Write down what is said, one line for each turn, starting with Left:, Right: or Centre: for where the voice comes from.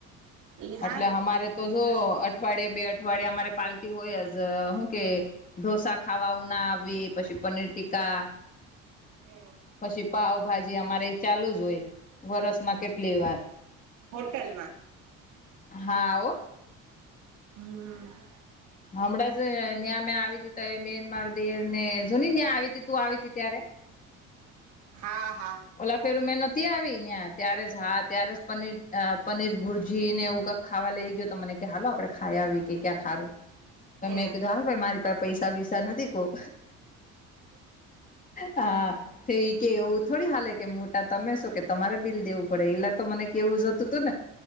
Right: ઈ હારું
Left: એટલે અમારે તો જો અઠવાડિયે બે અઠવાડિયે અમારે પાર્ટી હોય જ હું કે ઢોસા ખાવા ઉ ના આવે પછી પનીર ટીકા
Right: એમ?
Left: પછી પાવભાજી અમારે એ ચાલુ જ હોય વરસમાં કેટલી વાર.
Right: હોટલ માં-
Left: હા ઓ
Right: હમ્મ
Left: હમણાં જ ત્યાં મેં આવી દી ત એ મેનમાર દેને જો ત્યાં આવી તી તું આવી તી ત્યારે-
Right: હા હા.
Left: ઓલા ફેરું મેં નતી આવી નયા ત્યારે જ હા ત્યારે જ પનીર અ પનીર ભુરજી ને એવું- ખાવા લઈ ગયો તો મને કે હાલો આપડે ખાઈ આવીએ કે ક્યાં ખારું. તમે
Right: હે
Left: કીધું હાલ ભાઈ મારી પાસે પૈસા બીસા નથી કોહ. હા થ કે એવું થોડી હાલે કે મોટા તમે શો કે તમારે બિલ દેવું પડે એલા- તો મને કેવું જોતું તુને